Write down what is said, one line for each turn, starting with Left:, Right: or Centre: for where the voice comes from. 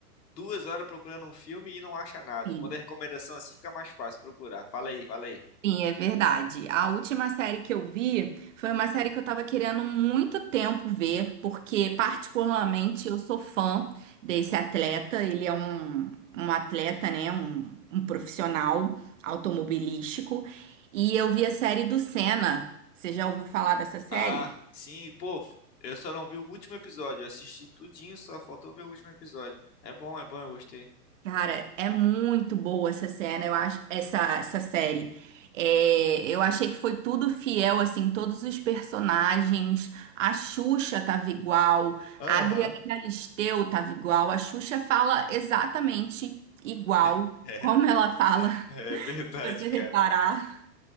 Left: duas horas procurando um filme e não acha nada.
Right: Sim.
Left: Quando é recomendação assim, fica mais fácil procurar. Fala aí, fala aí.
Right: Sim, é verdade. A última série que eu vi foi uma série que eu tava querendo muito tempo ver, porque particularmente eu sou fã desse atleta. Ele é um, um atleta, né? Um, um profissional automobilístico. E eu vi a série do Senna. Você já ouviu falar dessa série?
Left: Ah, sim, pô, eu só não vi o último episódio. Eu assisti tudinho, só faltou ver o último episódio. É bom, é bom, eu gostei.
Right: Cara, é muito boa essa cena, eu acho, essa, essa série. É, eu achei que foi tudo fiel, assim, todos os personagens. A Xuxa tava igual,
Left: Aham.
Right: a Adriana Galisteu tava igual, a Xuxa fala exatamente igual
Left: <laughs> É,
Right: como ela fala, <laughs>
Left: é verdade,
Right: se você
Left: cara.
Right: reparar.